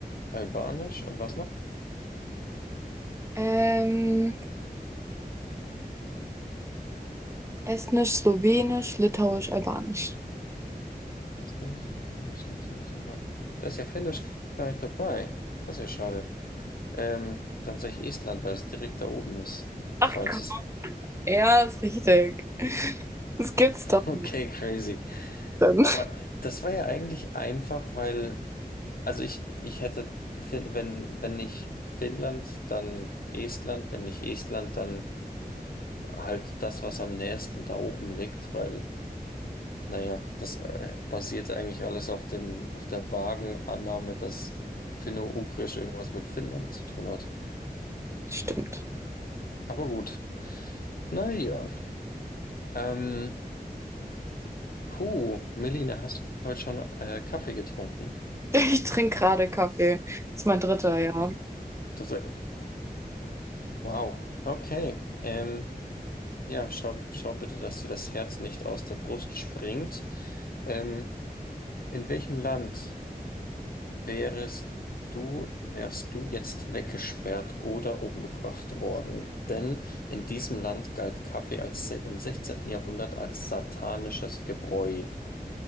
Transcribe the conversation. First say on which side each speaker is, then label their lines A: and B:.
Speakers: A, on the left; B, on the right.
A: Albanisch und was noch?
B: Ähm, Estnisch, Slowenisch, Litauisch, Albanisch.
A: Estnisch, Albanisch, Litauisch, Albanisch. Da ist ja Finnisch gar nicht dabei. Das ist ja schade. Ähm, dann sage ich Estland, weil es direkt da oben ist. Falls
B: Ach Gott.
A: es. <laughs>
B: Ja, ist richtig. Das gibt's doch
A: Okay,
B: nicht.
A: crazy.
B: Dann.
A: Aber das war ja eigentlich einfach, weil, also ich, ich hätte, Fin- wenn, wenn nicht Finnland, dann Estland, wenn nicht Estland, dann halt das, was am nächsten da oben liegt, weil, naja, das äh, basierte eigentlich alles auf dem, auf der vagen Annahme, dass Finno-Ugrisch irgendwas mit Finnland zu tun hat.
B: Stimmt.
A: Aber gut, naja. Ähm, puh, Melina, hast du heute schon äh, Kaffee getrunken?
B: Ich trinke gerade Kaffee. Das ist mein dritter,
A: Das,
B: ja.
A: das, wow, okay. Ähm, Ja, schau, schau bitte, dass dir das Herz nicht aus der Brust springt. Ähm, in welchem Land wärest du, wärst du jetzt weggesperrt oder umgebracht worden? Denn in diesem Land galt Kaffee als, se- im 16. Jahrhundert als satanisches Gebräu.